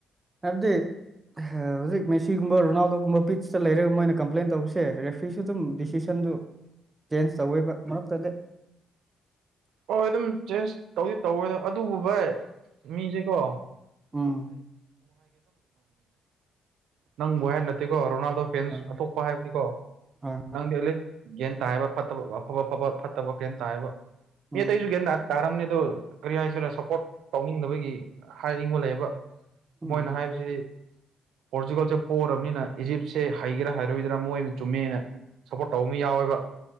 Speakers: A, on the right (about 20°); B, on the right (about 80°).
A: ꯍꯥꯏꯕꯗꯤ ꯍꯧꯖꯤꯛ ꯃꯦꯁꯤꯒꯨꯝꯕ ꯔꯣꯅꯥꯜꯗꯣꯒꯨꯝꯕ ꯄꯤꯆꯇ ꯂꯩꯔꯒ ꯃꯣꯏꯅ ꯀꯝꯄ꯭ꯂꯦꯟ ꯇꯧꯕꯁꯦ ꯔꯦꯐ꯭ꯔꯤꯁꯨ ꯑꯗꯨꯝ ꯗꯤꯁꯤꯖꯟꯗꯨ
B: <inaudible>
A: ꯆꯦꯟꯖ ꯇꯧꯏꯕ ꯃꯔꯛꯇꯗꯤ
B: ꯍꯍꯣꯏ ꯑꯗꯨꯝ ꯆꯦꯟꯖ ꯇꯧꯗꯤ ꯇꯧꯗ ꯑꯗꯨꯕꯨ ꯚꯥꯏ ꯃꯤꯁꯦꯀꯣ
A: ꯑꯣ
B: ꯅꯪ ꯕꯍ ꯅꯠꯇꯀꯣ ꯔꯣꯅꯥꯜꯗꯣ ꯐꯦꯟꯁ
A: ꯍꯣꯏ
B: ꯑꯇꯣꯞꯄ ꯍꯥꯏꯕꯅꯤꯀꯣ
A: ꯍꯣꯏ
B: ꯅꯪꯗꯤꯂꯤ ꯒ꯭ꯟ ꯇꯥꯏꯑꯕ ꯐꯠꯇꯕ ꯑꯐꯕ ꯑꯐꯕ ꯐꯠꯇꯕ ꯒꯦꯟ ꯇꯥꯏꯕ ꯃꯤ
A: ꯎꯝ
B: ꯑꯇꯩꯁꯨ ꯒ꯭ꯟ ꯇꯥ ꯇꯥꯔꯝꯅꯤ ꯑꯗꯣ ꯀꯔꯤ ꯍꯥꯏꯁꯤꯔꯥ ꯁꯞꯄꯣꯔꯠ ꯇꯧꯅꯤꯡꯗꯕꯒꯤ ꯍꯥꯏꯅꯤꯡꯕ ꯂꯩꯕ
A: ꯎꯝ
B: ꯃꯣꯏꯅ ꯍꯥꯏꯕꯁꯤꯗꯤ ꯄꯣꯔꯆꯨꯒꯥꯜꯁꯦ ꯄꯣꯛꯔꯕꯅꯤꯅ ꯏꯖꯤꯞꯁꯦ ꯍꯒꯦꯔꯥ ꯍꯥꯏꯔꯣꯏꯗꯔꯥ ꯃꯣꯏꯅ ꯆꯨꯝꯃꯦꯅ ꯁꯞꯄꯣꯔꯠ ꯇꯧꯕ ꯑꯃ ꯌꯥꯎꯋꯦꯕ